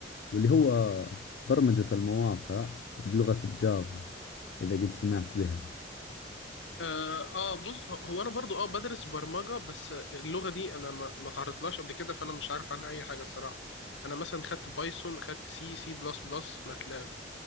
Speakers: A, on the left; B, on the left.
A: واللي هو برمجة المواقع بلغة الجافا اذا قد سمعت بها
B: اه, آه بص هو هو انا برضو اه بدرس برمجة بس اللغة دي انا ما ما تعرضتلهاش قبل كده فانا مش عارف عنها اي حاجة الصراحة انا مثلا خدت بايثون خدت سي سي بلس بلس ماتلاب